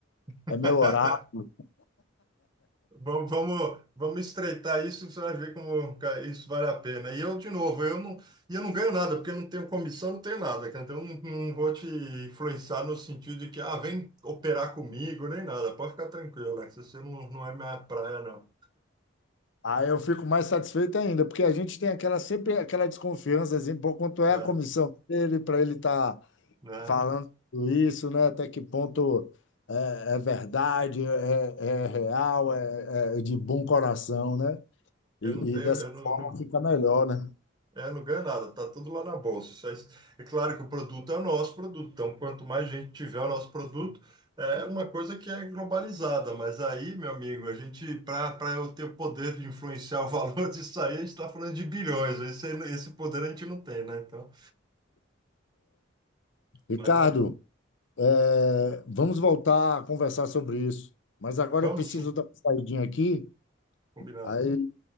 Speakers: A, on the right (about 20°); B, on the left (about 65°).
A: <laughs>
B: é meu oráculo.
A: Vamos, vamos, vamos estreitar isso, você vai ver como cara, isso vale a pena. E eu, de novo, eu não, e eu não ganho nada, porque eu não tenho comissão, não tenho nada, cara. Então, eu não, não vou te influenciar no sentido de que, ah, vem operar comigo, nem nada. Pode ficar tranquilo, Alex, você não, não é minha praia, não.
B: Aí eu fico mais satisfeito ainda, porque a gente tem aquela sempre aquela desconfiança, assim, pô, quanto é
A: Ah,
B: a comissão dele para ele estar
A: né?
B: falando tudo isso, né? Até que ponto é, é verdade, é, é
A: Uhum.
B: real, é, é de bom coração, né? E,
A: Eu não tenho,
B: e dessa
A: eu não,
B: forma
A: não-
B: fica melhor, né?
A: É, não ganha nada, tá tudo lá na bolsa. Isso é, é claro que o produto é o nosso produto, então quanto mais gente tiver o nosso produto, é uma coisa que é globalizada, mas aí, meu amigo, a gente, para para eu ter o poder de influenciar o <laughs> valor disso aí, a gente está falando de bilhões, esse, esse poder a gente não tem, né? Então,
B: Ricardo,
A: mas aí,
B: é, vamos voltar a conversar sobre isso, mas agora
A: vamos
B: eu preciso
A: sim,
B: dar uma saidinha aqui,
A: combinado.
B: aí,